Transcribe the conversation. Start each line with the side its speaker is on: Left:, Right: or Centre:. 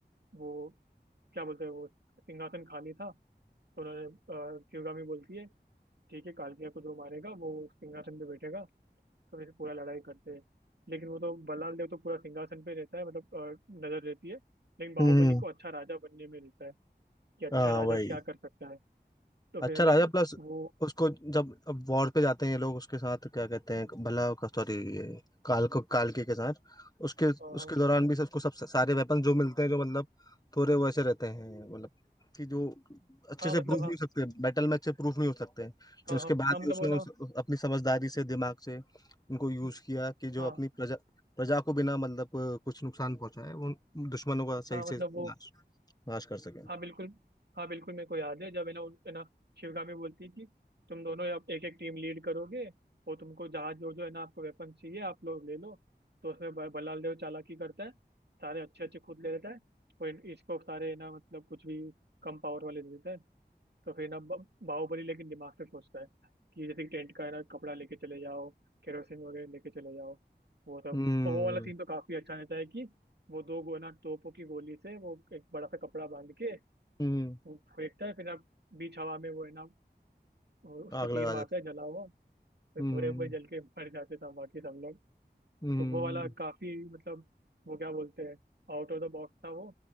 Right: वो क्या बोलते हैं वो सिंहासन खाली था तो उन्होंने अ, शिवगामी बोलती है ठीक है कालकिया को जो मारेगा वो सिंहासन पे बैठेगा तो फिर पूरा लड़ाई करते हैं लेकिन वो तो बल्लाल देव तो पूरा सिंहासन पे रहता है मतलब अ, नजर रहती है लेकिन बाहुबली
Left: हम्म,
Right: को अच्छा राजा बनने में रहता है कि अच्छा
Left: हाँ
Right: राजा
Left: वही
Right: क्या कर सकता है तो फिर
Left: अच्छा
Right: लेकिन
Left: राजा प्लस
Right: वो
Left: उसको जब अब वॉर पे जाते हैं ये लोग उसके साथ क्या कहते हैं
Right: हाँ
Left: भला का, सॉरी ये काल को काल के के साथ उसके
Right: हाँ
Left: उसके दौरान भी सबको सब सारे वेपन जो मिलते हैं जो मतलब थोड़े वैसे रहते हैं मतलब कि जो अच्छे
Right: हाँ,
Left: से
Right: मतलब
Left: प्रूफ नहीं
Right: हाँ
Left: हो सकते बैटल में अच्छे प्रूफ नहीं हो सकते हैं लेकिन
Right: हाँ
Left: उसके
Right: हाँ
Left: बाद
Right: हाँ मतलब
Left: भी उसने
Right: वो
Left: उस,
Right: ना
Left: अपनी समझदारी से दिमाग से उनको यूज
Right: हम्म,
Left: किया कि जो
Right: हाँ
Left: अपनी प्रजा प्रजा को बिना मतलब कुछ नुकसान पहुंचाए वो दुश्मनों का सही
Right: हाँ मतलब
Left: से
Right: वो
Left: नाश नाश कर सके
Right: हाँ बिल्कुल हाँ बिल्कुल मेरे को याद है जब है ना उन- है ना शिवगामी बोलती है कि तुम दोनों अब एक एक टीम लीड करोगे और तुमको जहाँ जो जो है ना आपको वेपन चाहिए आप लोग ले लो तो उसमें ब- बलाल देव चालाकी करता है सारे अच्छे अच्छे खुद ले लेता है और इन- इसको सारे है ना मतलब कुछ भी कम पावर वाले दे देता है तो फिर ना ब- बाहुबली लेकिन दिमाग से सोचता है कि जैसे कि टेंट का है ना कपड़ा लेके चले जाओ केरोसिन वगैरह लेके चले जाओ वो सब
Left: हम्म
Right: और वो वाला सीन तो काफी अच्छा रहता है कि वो दो गो ना तोपों की गोली से वो एक बड़ा सा कपड़ा बांध के
Left: हम्म
Right: वो फेंकता है फिर ना बीच हवा में वो है ना वो उस
Left: आग
Right: पर तीर
Left: लगा
Right: मारता
Left: देते हैं।
Right: है जला हुआ फिर
Left: हम्म
Right: पूरे पूरे जल के मर जाते सब बाकी सब लोग
Left: हम्म
Right: तो वो वाला काफी मतलब वो क्या बोलते हैं आउट ऑफ द बॉक्स था वो